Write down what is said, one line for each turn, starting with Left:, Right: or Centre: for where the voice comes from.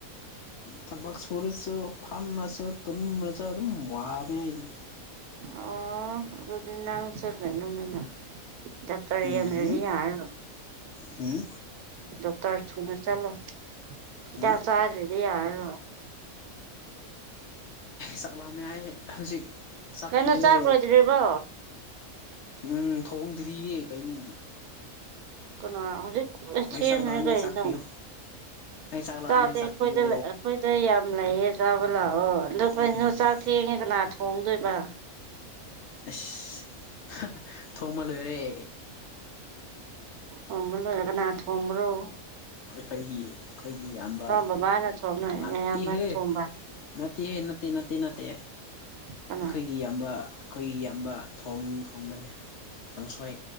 Left: ꯊꯕꯛ ꯁꯨꯔꯁꯨ ꯐꯝꯃꯁꯨ ꯇꯨꯝ꯭ꯔꯁꯨ ꯑꯗꯨꯝ ꯋꯥꯕꯅꯦ ꯑꯩꯗꯤ
Right: ꯑꯣ ꯑꯗꯨꯗꯤ ꯅꯪꯁꯨ ꯀꯩꯅꯣꯅꯤꯅ ꯗꯥꯛꯇꯔ
Left: ꯎꯝ
Right: ꯌꯦꯡꯗ꯭ꯔꯗꯤ ꯌꯥꯔꯔꯣꯏ
Left: ꯍꯨꯝ
Right: ꯗꯣꯛꯇꯔ ꯊꯨꯅ ꯆꯠꯂꯣ ꯍꯤꯗꯥꯛ
Left: ꯍꯨꯝ
Right: ꯆꯥꯗ꯭ꯔꯗꯤ ꯌꯥꯔꯔꯣꯏ
Left: ꯆꯥꯛ ꯂꯥꯃꯦ ꯑꯩ ꯍꯧꯖꯤꯛ ꯆꯥꯛ
Right: ꯀꯩꯅꯣ
Left: ꯄꯤꯌꯣ
Right: ꯂꯣꯏꯗ꯭ꯔꯤꯕꯣ
Left: ꯎꯝ ꯊꯣꯡꯗ꯭ꯔꯤꯌꯦ ꯀꯩꯅꯣ
Right: ꯀꯅꯥ ꯍꯧꯖꯤꯛ
Left: ꯑꯩ
Right: ꯊꯦꯡꯉꯦ
Left: ꯆꯥꯛ ꯂꯥꯝꯃꯦ
Right: ꯀꯩꯅꯣ
Left: ꯆꯥꯛ ꯄꯤꯌꯣ ꯑꯩ ꯆꯥꯛ ꯂꯥꯝꯃꯦ
Right: ꯆꯥꯛꯇꯤ
Left: ꯆꯥꯛ
Right: ꯑꯩꯈꯣꯏꯗ
Left: ꯄꯤꯌꯣ
Right: ꯑꯩꯈꯣꯏꯗ ꯌꯥꯝ ꯂꯩꯌꯦ ꯆꯥꯕ ꯂꯥꯛꯑꯣ ꯑꯗꯨ ꯀꯩꯅꯣ
Left: ꯎꯝ
Right: ꯆꯥꯛ ꯊꯦꯡꯉꯦ ꯀꯅꯥ ꯊꯣꯡꯗꯣꯏꯕ
Left: ꯑꯁ <unintelligible> ꯊꯣꯡꯃ ꯂꯣꯏꯔꯦ
Right: ꯊꫭꯡꯕ ꯂꫭꯏꯔꯦ ꯀꯅꯥ ꯊꫭꯡꯕ꯭ꯔꫭ
Left: ꯑꯩꯈꯣꯏꯒꯤ ꯑꯩꯈꯣꯏꯒꯤ ꯏꯌꯥꯝꯕ
Right: ꯕꯕꯥꯅ ꯊꯣꯡꯕ꯭ꯔꯣ
Left: ꯅꯥꯠꯇꯤꯍꯦ
Right: ꯅꯌꯥꯝꯕꯅ ꯊꯣꯡꯕ꯭ꯔꯥ
Left: ꯅꯠꯇꯤꯌꯦ ꯅꯠꯇꯦ ꯅꯠꯇꯦ ꯅꯠꯇꯦ
Right: ꯀꯅꯥ
Left: ꯑꯩꯈꯣꯏꯒꯤ ꯏꯌꯥꯝꯕ ꯑꯩꯈꯣꯏꯒꯤ ꯏꯌꯥꯝꯕ ꯊꯣꯡ ꯊꯣꯡꯕꯅꯦ ꯀꯥꯡꯁꯣꯏ